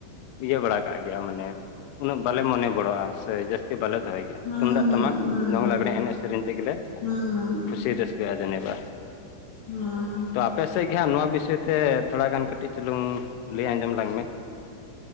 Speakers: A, on the left; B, on the left.
A: ᱤᱭᱟᱹ ᱵᱟᱲᱟ ᱠᱟᱜ ᱜᱮᱭᱟ ᱢᱟᱱᱮ ᱩᱱᱟᱹᱜ ᱵᱟᱞᱮ ᱢᱚᱱᱮ ᱜᱚᱲᱚᱜᱼᱟ ᱥᱮ ᱡᱟᱹᱥᱛᱤ ᱵᱟᱞᱮ ᱫᱚᱦᱚᱭ ᱜᱮᱭᱟ
B: ᱦᱩᱸ
A: ᱛᱩᱢᱫᱟᱜ ᱴᱟᱢᱟᱠ
B: ᱦᱩᱸ ᱦᱩᱸ
A: ᱫᱚᱝ ᱞᱟᱜᱽᱲᱮ ᱮᱱᱮᱡ ᱥᱮᱨᱮᱧ ᱛᱮᱜᱮᱞᱮ
B: ᱦᱩᱸ
A: ᱠᱩᱥᱤ ᱨᱟᱹᱥᱠᱟᱹᱜᱼᱟ ᱡᱟᱹᱱᱤ ᱵᱟᱝ?
B: ᱦᱩᱸ
A: ᱛᱚ ᱟᱯᱮᱥᱮᱫ ᱜᱮ ᱦᱟᱸᱜ ᱱᱚᱣᱟ ᱵᱤᱥᱚᱭ ᱛᱮ ᱛᱷᱚᱲᱟ ᱜᱟᱱ ᱠᱟᱹᱴᱤᱡ ᱪᱩᱞᱩᱝ ᱞᱟᱹᱭ ᱟᱸᱡᱚᱢ ᱟᱞᱟᱝ ᱢᱮ